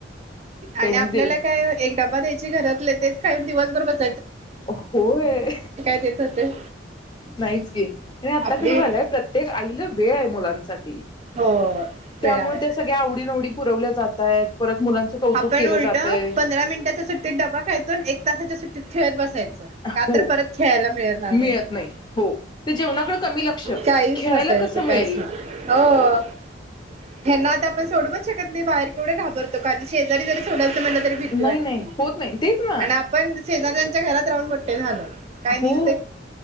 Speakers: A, on the left; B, on the right.
A: त्यांनी
B: आणि आपल्याला
A: ते
B: काय एक डबा द्यायची घरातले तेच काय दिवसभर बसा
A: होय
B: देत होते
A: नाहीच की आणि आता
B: आपली
A: कसं झालंय प्रत्येक आईला वेळ आहे मुलांसाठी
B: हो
A: त्यामुळे
B: वेळ आहे
A: ते सगळ्या आवडीनिवडी पुरवल्या जात आहेत परत मुलांचं कौतुक
B: आपण
A: केलं
B: उलट
A: जातय
B: पंधरा मिनिटाच्या सुट्टीत डबा खायचू एक तासाच्या सुट्टीत खेळत बस का
A: हो
B: तर परत खेळायला मिळणार नाही
A: मिळत
B: म्हणून
A: हो ते जेवणाकडे कमी लक्ष
B: काहीच
A: खेळायला
B: नसायचं
A: कसं मिळेल
B: काहीच नाही हो हेना आता आपण सोडूच शकत. नाही बाहेर केवढे घाबरत माझ्या शेजारी जरी सोडायच म्हटलं तरी भीती
A: नाही
B: वाटते
A: नाही होत नाही तेच ना
B: आणि आपण शेजार्यांच्या घरात राहून ते झाल काय दिल
A: हो